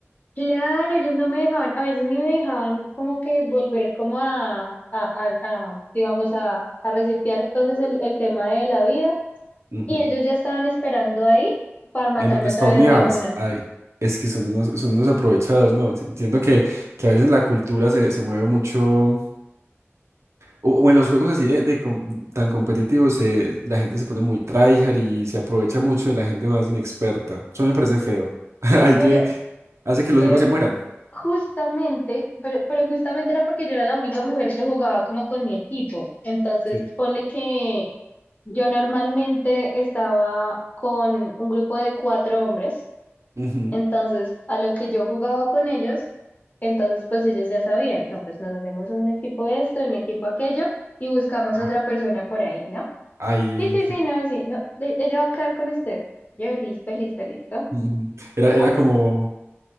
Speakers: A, on the left; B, on the right.
A: Claro, ellos no me dejaban, a veces ni me dejaban como que volver como a, a, a- a, digamos, a, a resetear entonces el, el tema de la vida
B: Ujú.
A: y ellos ya estaban esperando ahí para matarme
B: En donde spawneabas.
A: otra vez de una.
B: Ay, es que son unos, son unos aprovechados, ¿no? Si- Siento que, que a veces la cultura se, se mueve mucho. O, o en los juegos así de, de com- tan competitivos, se- la gente se pone muy tryhard y se aprovecha mucho de la gente más inexperta. Eso me parece feo. <laughs> Hay
A: pero
B: que, hace que los
A: Pero
B: juegos se
A: ju-
B: mueran.
A: justamente, pero, pero justamente era porque yo era la única mujer que jugaba como con mi equipo. Entonces,
B: Sí.
A: ponle que yo normalmente estaba con un grupo de cuatro hombres.
B: Ujú.
A: Entonces, a lo que yo jugaba con ellos, entonces pues ellos ya sabían, no, pues nos hacemos un equipo de esto, un equipo aquello y buscamos
B: Ah,
A: otra persona por ahí, ¿no?
B: Ahí
A: Sí, sí, sí, no, sí, no, e- ella va a quedar con usted. Yo, listo, listo, listo.
B: <laughs> ujú. era, era
A: Afor-
B: como,